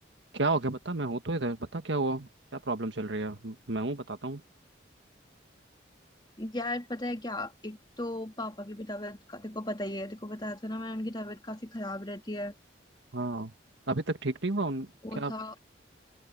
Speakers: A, on the right; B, on the left.
A: क्या हो गया बता मैं हूँ तो इधर बता क्या हुआ क्या प्रॉब्लम चल रही है म- मैं हूँ बताता हूँ
B: यार पता है क्या एक तो पापा की भी तबीयत का- तेरे को पता ही है तेरे को बताया था ना मैंने उनकी तबीयत काफी खराब रहती है
A: हाँ अभी तक ठीक नहीं हुआ उन
B: वो
A: क्या
B: था